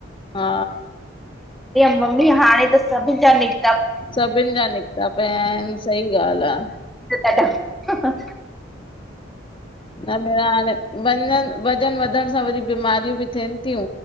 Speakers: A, on the left; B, in the centre.
A: हा
B: ममी हाणे त सभिनि जा निकता
A: सभिनि जा निकिता पिया आहिन सही ॻाल्हि आं
B: हा हा
A: न निराण वञनि वज़न वधण सां वरी बीमारियूं बि थियनि थियूं